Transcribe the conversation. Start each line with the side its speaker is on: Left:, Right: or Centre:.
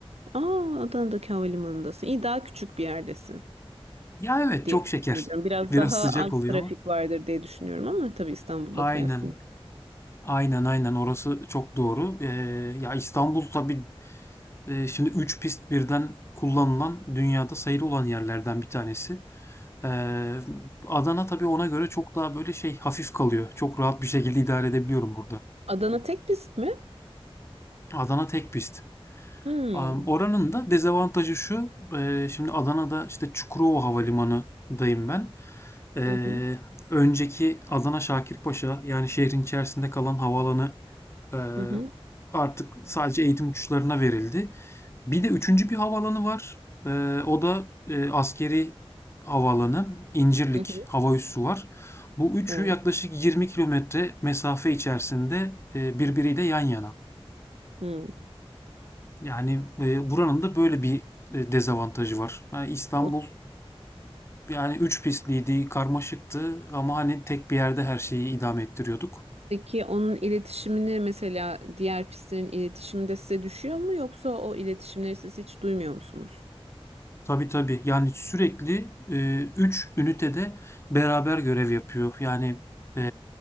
Right: Aa Adana'daki havalimanındasın. İyi daha küçük bir yerdesin
Left: Ya evet
Right: diye
Left: çok şeker.
Right: tahmin ediyorum. Biraz
Left: Biraz
Right: daha
Left: sıcak
Right: az
Left: oluyor
Right: trafik
Left: ama.
Right: vardır diye düşünüyorum ama tabii İstanbul'la
Left: Aynen.
Right: kıyaslayayım.
Left: Aynen aynen orası çok doğru. Eee, ya İstanbul tabii eee, şimdi 3 pist birden kullanılan dünyada sayılı olan yerlerden bir tanesi. Eee, Adana tabii ona göre çok daha böyle şey hafif kalıyor. Çok rahat bir şekilde idare edebiliyorum burada.
Right: Adana tek pist mi?
Left: Adana tek pist.
Right: Hmm.
Left: Am, Oranın da dezavantajı şu. eee, şimdi Adana'da işte Çukurova Havalimanı'dayım ben. Eee,
Right: Hı hı.
Left: önceki Adana Şakirpaşa yani şehrin içerisinde kalan havaalanı eee,
Right: Hı hı.
Left: artık sadece eğitim uçuşlarına verildi. Bir de üçüncü bir havaalanı var. Ee, o da e, askeri havaalanı. İncirlik
Right: Hı hı.
Left: hava üssü var. Bu üçü
Right: Oo.
Left: yaklaşık 20 kilometre mesafe içerisinde e, birbiriyle yan yana.
Right: Hmm.
Left: Yani e, buranın da böyle bir e, dezavantajı var. Ha, İstanbul
Right: O.
Left: yani üç pistliydi, karmaşıktı ama hani tek bir yerde her şeyi idame ettiriyorduk.
Right: Peki onun iletişimini mesela diğer pistlerin iletişimi de size düşüyor mu yoksa o iletişimleri siz hiç duymuyor musunuz?
Left: Tabii tabii. Yani sürekli e, 3 ünitede beraber görev yapıyor. Yani e,